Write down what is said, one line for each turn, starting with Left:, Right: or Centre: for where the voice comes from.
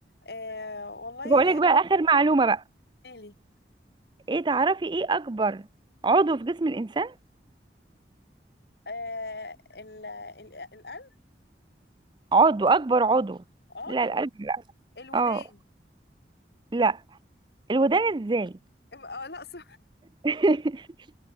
Left: آه والله
Right: بقول لك بقى آخر معلومة بقى
Left: ليلي
Right: إيه تعرفي إيه أكبر عضو في جسم الإنسان
Left: آه ال ال القلب
Right: عضو اكبر عضو
Left: عضو
Right: لا القلب لا
Left: الودان
Right: اه لا الودان ازاي
Left: اه لا <laughs> بس
Right: <laughs>